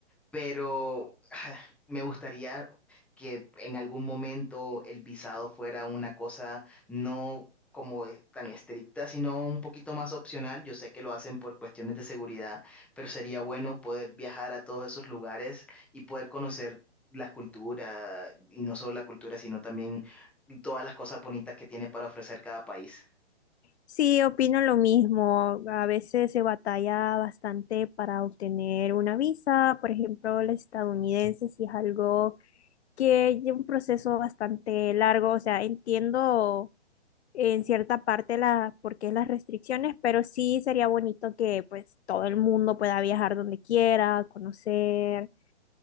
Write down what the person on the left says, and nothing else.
Sí, opino lo mismo. A veces se batalla bastante para obtener una visa, por ejemplo, la estadounidense, si es algo que lleva un proceso bastante largo. O sea, entiendo en cierta parte la, por qué las restricciones, pero sí sería bonito que pues todo el mundo pueda viajar donde quiera, conocer